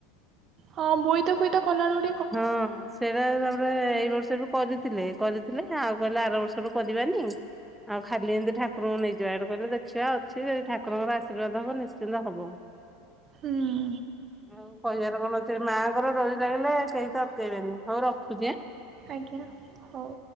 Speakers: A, on the right (about 40°); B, in the centre.
A: ହଁ ବୋଇତ ଫୋଇତ କଲା ବେଳୁ
B: ହଁ ସେଇଟା ତାପରେ ଏଇ ବର୍ଷ ବି କରିଥିଲେ କରିଥିଲେ ଆଉ କହିଲେ ଆର ବର୍ଷରୁୁ କରିବାନି। ଆଉ ଖାଲି ଏମିତି ଠାକୁରଙ୍କୁ ନେଇଯିବା ଇଆଡୁ କହିଲେ ଦେଖିବା ଅଛି ଯଦି ଠାକୁରଙ୍କର ଆଶୀର୍ବାଦ ହବ ନିଶ୍ଚିନ୍ତ ହବ। <inaudible>
A: ହୁଁ।
B: ଆଉ କହିବାର କଣ ଅଛି ମାଆଙ୍କର ଡୋରି ଲାଗିଲେ କେହି ତ ଅଟକେଇ ବେନି ହଉ ରଖୁଛି ଆଁ।
A: ଆଜ୍ଞା ହଉ।